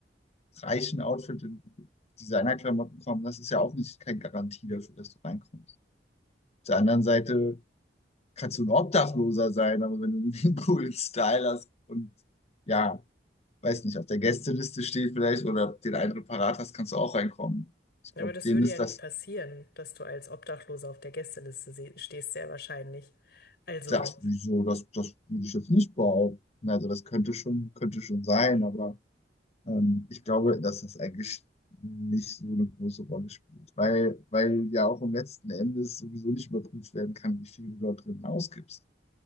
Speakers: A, on the left (about 40°); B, on the left (about 65°).
A: reichen Outfit in Designerklamotten kommen. Das ist ja auch nicht keine Garantie dafür, dass du reinkommst. Auf der anderen Seite kannst du ein Obdachloser sein, aber wenn du <laughs> irgendwie einen coolen Style hast und ja, weiß nicht, auf der Gästeliste steht vielleicht oder den einen parat hast, kannst du auch reinkommen. Ich
B: Aber
A: glaube,
B: das
A: denen
B: würde
A: ist
B: ja nicht
A: das,
B: passieren, dass du als Obdachloser auf der Gästeliste se- stehst, sehr wahrscheinlich. Also,
A: das, wieso, das, das würde ich jetzt nicht behaupten. Also das könnte schon, könnte schon sein, aber Ähm, ich glaube, dass das eigentlich nicht so eine große Rolle spielt, weil, weil ja auch im letzten Endes sowieso nicht überprüft werden kann, wie viel du dort drin ausgibst.